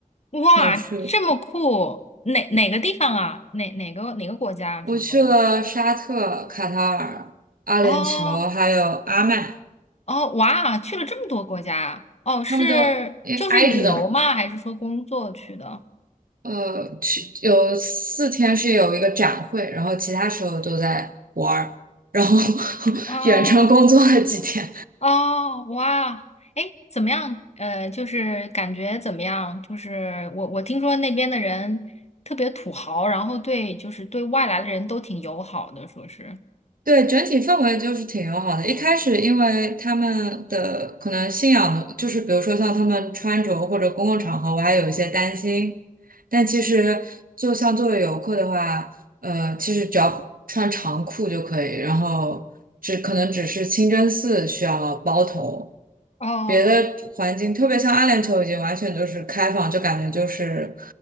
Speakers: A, on the left; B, on the right.
A: 哇，
B: 没有去。
A: 这么酷！哪哪个地方啊？哪哪个哪个国家啊？
B: 我去了沙特、
A: 中东？
B: 卡塔尔、阿联酋，
A: 哦
B: 还有阿曼，
A: 哦，哇，去了这么多国家啊！哦，是就是旅游吗？
B: 他们都因为挨着的嘛。
A: 还是说工作去的？
B: 呃，去有四天是有一个展会，然后其他时候都在玩儿，然后 <laughs>
A: 哦
B: 远程工作了几天。
A: 哦，哇！哎，怎么样？呃，就是感觉怎么样？就是我我听说那边的人特别土豪，然后对就是对外来的人都挺友好的，说是。
B: 对，整体氛围就是挺友好的。一开始，因为他们的可能信仰的，就是比如说像他们穿着或者公共场合，我还有一些担心。但其实，就像作为游客的话，呃，其实只要穿长裤就可以，然后只可能只是清真寺需要包头，
A: 哦
B: 别的环境，特别像阿联酋已经完全就是开放，就感觉就是